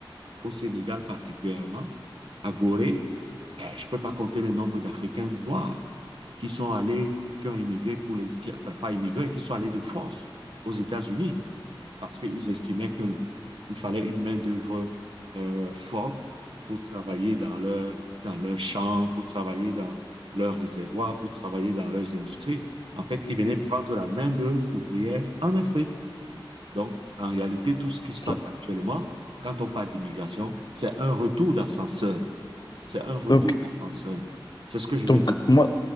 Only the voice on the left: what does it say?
Ok.
Donc,
Donc,
moi,